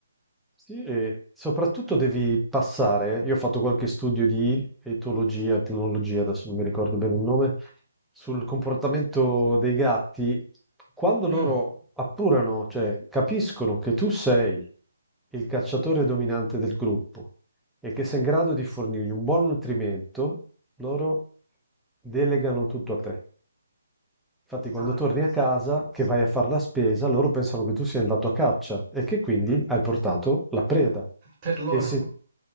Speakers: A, in the centre; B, on the right (about 25°).
A: Sì, e soprattutto devi passare, io ho fatto qualche studio di etologia, etnologia, adesso non mi ricordo bene il nome, sul comportamento dei gatti, quando
B: Mm,
A: loro appurano, cioè capiscono che tu sei il cacciatore dominante del gruppo e che sei in grado di fornirgli un buon nutrimento, loro delegano tutto a te. Infatti, quando
B: ah,
A: torni a casa, che vai a fare la spesa, loro pensano che tu sia andato a caccia e che quindi hai portato la preda.
B: per loro.
A: E se